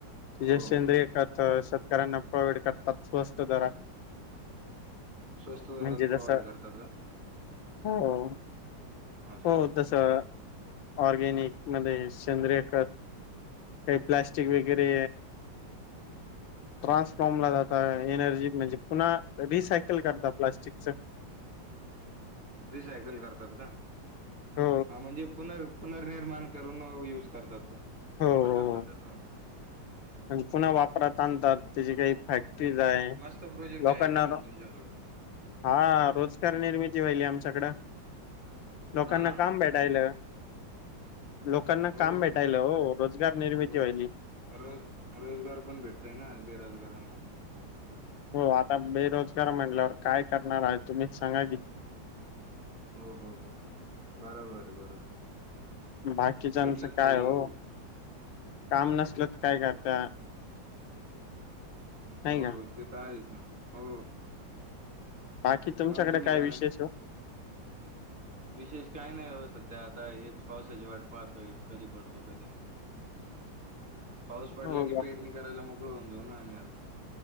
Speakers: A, on the left; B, on the right.
A: जे
B: हो
A: सेंद्रिय खत शेतकऱ्यांना प्रोवाइड करतात स्वस्त दरात.
B: स्वस्त दरात
A: म्हणजे
B: प्रोव्हाइड
A: जसं
B: करतात का?
A: हो हो
B: असं
A: हो
B: असं.
A: जसं ऑर्गेनिक मध्ये सेंद्रीय खत काही प्लास्टिक वगैरे ट्रान्सफॉर्मला जाता एनर्जी म्हणजे पुन्हा रिसायकल करता प्लास्टिकचं <inaudible>
B: रिसायकल करतात का?
A: ह.
B: हा म्हणजे पुनर् पुनर्निर्माण करून यूज करतात ब
A: हो
B: वापर
A: हो
B: करतात त्याचा
A: म्हणजे पुन्हा वापरात आणतात. त्याची काही फॅक्टरीज आहे
B: मस्त प्रोजेक्ट
A: लोकांना
B: आहे की मग
A: व
B: तुमच्याकडून
A: हा रोज निर्मिती व्हायली आमच्याकडं लोकांना
B: हा
A: काम भेटायलं.
B: काय म्हटलं
A: लोकांना
B: हो
A: काम भेटायलं ओ रोजगार निर्मिती
B: रोज
A: व्हायली.
B: रोज रोजगार पण भेटतंय ना बेरोजगारांना.
A: हो आता बेरोजगार म्हटल्यावर काय करणार आहे तुम्हीच सांगा की.
B: हो हो हो बरोबर आहे बरोबर.
A: बाकीच्यांचं
B: भेटलंच पाहिजे
A: काय ओ
B: हो.
A: काम नसलं काय करता?
B: हो
A: नाही का
B: ते तर आहेच ना हो.
A: बाकी तुमच्याकडे
B: मग तुम्ही
A: काय विशेष
B: झालं?
A: ओ?
B: विशेष काही नाही ओ सध्या आता हेच पावसाची वाट पाहतोय कधी पडतो कधी नाही.
A: <inaudible>
B: पाऊस पडला
A: हो
B: की पेरणी करायला मोकळ होऊन जाऊ ना आम्ही आता.